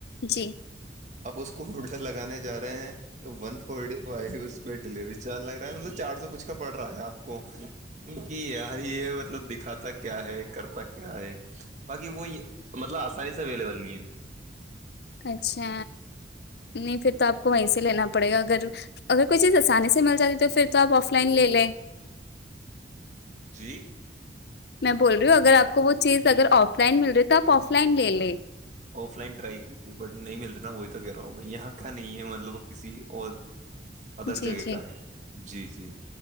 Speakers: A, on the left; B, on the right.
A: جی
B: اب اس کو ہولڈر لگانے جا رہے ہیں تو ون فورٹی فائیو اس پہ ڈیلیوری چارج لگا مطلب چار سو کچھ کا پڑ رہا ہے آپ کو یار یہ مطلب دکھاتا تک کیا ہے کر تک کیا ہے باقی وہ یہ مطلب آسانی سے اویلیبل نہیں ہے
A: اچھا نہیں پھر تو آپ کو وہیں سے لینا پڑےا اگر اگر کوئی چیز آسانی سے مل جاتی تو پھر تو آپ آف لائن لے لیں
B: جی
A: میں بول رہی ہوں اگر آپ کو وہ چیز اگر آف لائن مل رہی ہے تو آف لائن لے لیں
B: آف لائن ٹرائی کی تھی بٹ نہیں مل رہ نا وہی تو کہہ رہا ہوں بائی یہاں کا نہیں ہے مطلب کسی اور ادر
A: جی
B: جگہ
A: جی
B: کا ہے جی جی